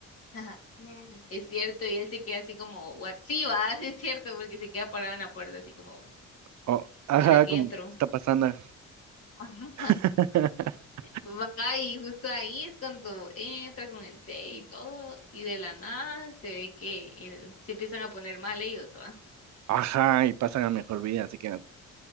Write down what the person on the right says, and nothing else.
O ajá,
como
¿qué está pasando.
<laughs>
Ajá, y pasan a mejor vida, así que...